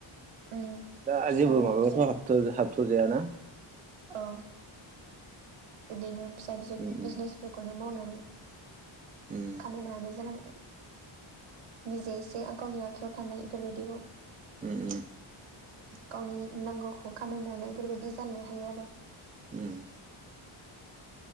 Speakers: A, on the right; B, on the right.
A: उम
B: दा
A: फिसा
B: जेबो माबायावथ'
A: फिसौ
B: हाब हाबथ जाया ना
A: औ बिदिनो फिसा फिसौ
B: उम उम
A: बिजिनेसफोरखौनो मावनानै
B: उम
A: खामायनो हानाय जानांगोन निजे एसे गावनि आखायाव थानाय इफोरबायदिखौ
B: उम उम उम
A: गावनि नांगौखौ खामायनानै बेफोरबायदि जानो हायो आरो
B: उम